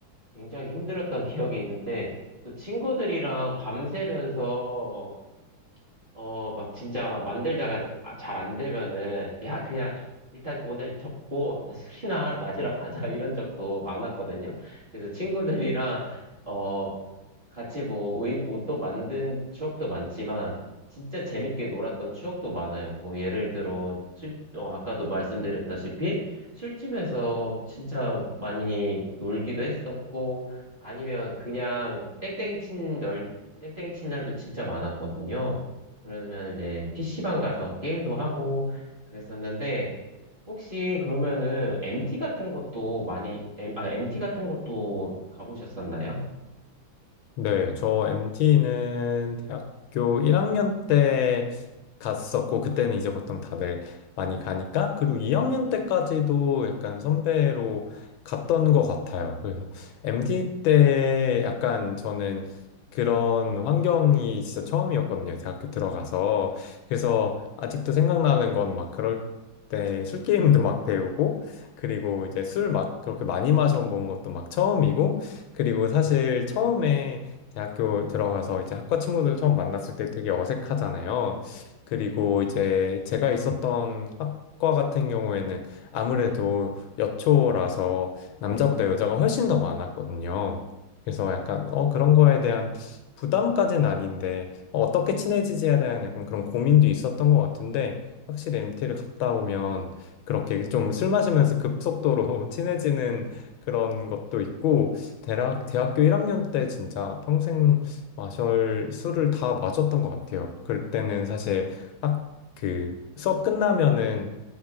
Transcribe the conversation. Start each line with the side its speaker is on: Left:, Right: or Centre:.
Right: 굉장히 힘들었던 <laughs> 기억이 있는데 또 친구들이랑 밤새면서 어, 막 진짜 만들다가 아, 잘안 되면은, 야, 그냥 일단 오늘 접고, 일단 술이나 <laughs> 마시러 가자, 이런 적도 많았거든요. 그래서 친구들이랑, 어, 같이 뭐, 의- 옷도 만든 추억도 많지만, 진짜 재밌게 놀았던 추억도 많아요. 뭐, 예를 들어, 술, 어, 아까도 말씀드렸다시피, 술집에서 진짜 많이 놀기도 했었고, 아니면 그냥 땡땡이 친 널, 땡땡이 친 날도 진짜 많았거든요. 그러면 이제 PC방 가서 게임도 하고 그랬었는데 혹시 그러면은 MT 같은 것도 많이 M, 아, MT 같은 것도 가보셨었나요?
Left: 네, 저 MT는 대학교 1학년 때 갔었고, 그때는 이제 보통 다들 많이 가니까, 그리고 2학년 때까지도 약간 선배로 갔던 것 같아요. 그래서 MT 때 약간 저는 그런 환경이 진짜 처음이었거든요. 대학교 들어가서. 그래서 아직도 생각나는 건 막 그럴 때 술게임도 막 배우고, 그리고 이제 술 막 그렇게 많이 마셔본 것도 막 처음이고, 그리고 사실 처음에 대학교 들어가서 이제 학과 친구들 처음 만났을 때 되게 어색하잖아요. 그리고 이제 제가 있었던 학과 같은 경우에는 아무래도 여초라서 남자보다 여자가 훨씬 더 많았거든요. 그래서 약간 어 그런 거에 대한 부담까지는 아닌데 어, 떻게 친해지지에 대한 약간 그런 고민도 있었던 것 같은데 확실히 MT를 갔다 오면 그렇게 좀 술 마시면서 급속도로 <laughs> 친해지는 그런 것도 있고 대학, 대학교 1학년 때 진짜 평생 마셜 술을 다 마셨던 것 같아요. 그때는 사실 학, 그 수업 끝나면은